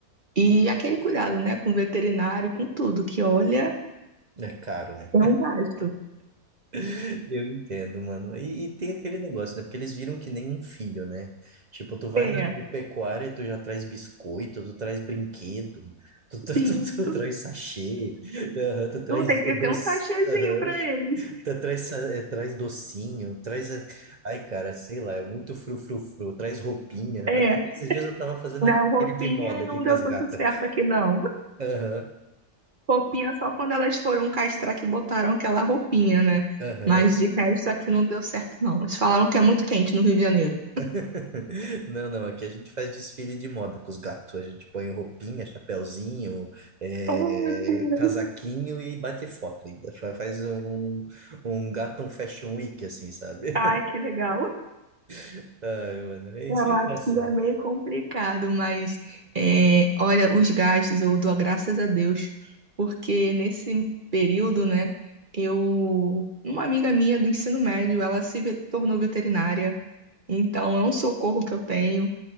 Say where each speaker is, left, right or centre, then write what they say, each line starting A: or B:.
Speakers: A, on the right; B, on the right.
A: E aquele cuidado, né, com o veterinário, com tudo, que olha,
B: É caro, né?
A: é um gasto.
B: <laughs> Eu entendo, mano. E, e tem aquele negócio, né? Porque eles viram que nem um filho, né? Tipo, tu vai
A: É,
B: na agropecuária e tu já traz biscoito, tu traz brinquedo, tu, tu,
A: isso.
B: tu, tu traz sachê, aham, tu traz
A: Não tem que
B: eh, doce,
A: ter um sachêzinho
B: aham,
A: para eles.
B: tu traz, sa- eh, traz docinho, traz. eh, Ai, cara, sei lá, é muito frufrufru, traz roupinha.
A: É,
B: Esses dias eu tava fazendo
A: não,
B: aquele
A: roupinha
B: de moda
A: não
B: aqui
A: deu
B: com as gatas.
A: muito certo aqui, não.
B: Aham,
A: Roupinha só quando elas foram castrar que botaram aquela roupinha, né?
B: aham.
A: Mas de resto aqui não deu certo, não. Eles falaram que é muito quente no Rio de Janeiro.
B: <laughs> Não, não, aqui a gente faz desfile de moda com os gatos. A gente põe roupinha, chapéuzinho, eh,
A: Oh, meu Deus.
B: casaquinho e bate foto ainda. Fa- Faz um, um um gato um fashion week, assim, sabe?
A: Ai, que legal.
B: <laughs> Ai, mano, é
A: Não,
B: isso é
A: aqui
B: engraçado.
A: é meio complicado, mas é, olha, os gastos eu dou graças a Deus, porque nesse período, né, eu, uma amiga minha do ensino médio, ela se ve- tornou veterinária, então é um socorro que eu tenho